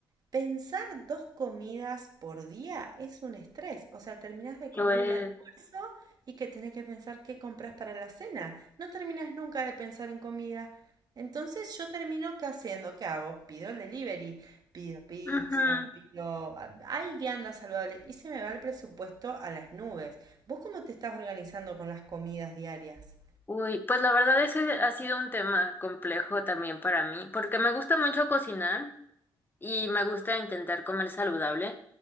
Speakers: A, on the right; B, on the left.
A: Pensar dos comidas por día es un estrés. O sea, terminás de comer
B: lo es.
A: el almuerzo y que tenés que pensar qué compras para la cena. No terminás nunca de pensar en comida. Entonces yo termino qué haciendo, ¿qué hago? Pido el delivery, pido pizza,
B: Ujú.
A: pido... a- Hay vianda saludable y se me va el presupuesto a las nubes. ¿Vos cómo te estás organizando con las comidas diarias?
B: Uy, pues la verdad ese ha sido un tema complejo también para mí, porque me gusta mucho cocinar. Y me gusta intentar comer saludable,